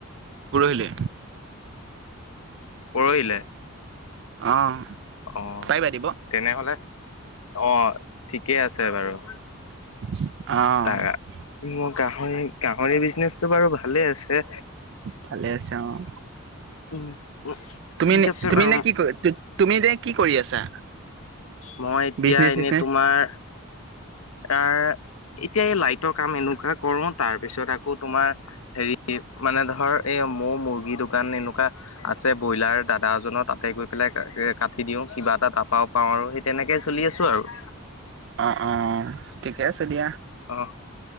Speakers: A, on the right; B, on the left.
A: পৰহিলে।
B: পৰহিলে
A: অ'।
B: আহ
A: পাৰিবা দিব?
B: তেনেহলে। অ ঠিকেই আছে বাৰু।
A: অহঁ।
B: তাৰা মোৰ গাহৰি গাহৰি বিজনেচটো বাৰু ভালে আছে।
A: ভালে আছে অ'।
B: উম।
A: তুমি
B: ঠিক
A: নে
B: আছে
A: তুমি
B: বাৰু
A: নে কি কৰি তুমি যে কি কৰি আছা।
B: মই এতিয়া
A: বিজনেচ
B: এনেই
A: চিজনেচ।
B: তোমাৰ। এ এতিয়া এই লাইটৰ কাম এনেকুৱা কৰো তাৰ পিছত আকৌ। আকৌ তোমাৰ হেৰি। মানে ধৰ এই মৌ মুৰ্গী দোকান এনেকুৱা আছে ব্ৰইলাৰ দাদা এজনৰ তাতে গৈ পেলাই। কাটি দিও কিবা এটা তাৰপাও পাওঁ আৰু সেই তেনেকেই চলি আছো আৰু।
A: অ অ অ ঠিকে আছে দিয়া।
B: অ